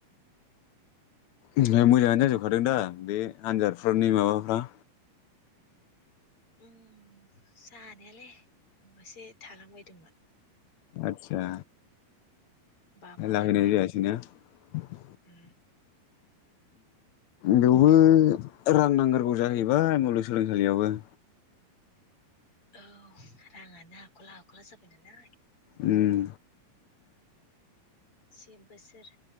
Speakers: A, on the left; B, on the left.
A: ओमफ्राय मोजाङानो जाजोबखादों दा बे आनजादफोरनि माबाफ्रा?
B: उम जानायालाय मोनसे थालांबायदोंमोन।
A: आतसा
B: बा माबायावहाय
A: लाहैनायबो जायासैना <inaudible>
B: उम
A: बेवबो रां नांग्रोगौ जाहैबाय मुलगसोलोंसालियाव सालियावबो
B: औ राङानो हाख'ला हाख'ला जाबाय नालाय ओंखायनो
A: उम
B: से बोसोर